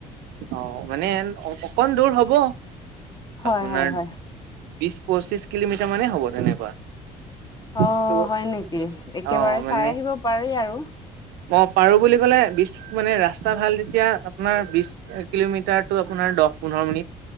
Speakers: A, on the right; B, on the left.
A: অ মানে অকণমান দূৰ হ'ব।
B: হয়
A: আপোনাৰ
B: হয় হয়।
A: বিশ পঁচিশ কিলোমিটাৰ মানে হ'ব তেনেকুৱা।
B: অ
A: কিন্তু
B: হয় নেকি একেবাৰে
A: অ মানে
B: চাই আহিব পাৰি আৰু।
A: অ পাৰো বুলি ক'লে বিশ মানে ৰাস্তা ভাল আপোনাৰ বিশ কিলোমিটাৰ টো আপোনাৰ দহ-পোন্ধৰ মিনিট।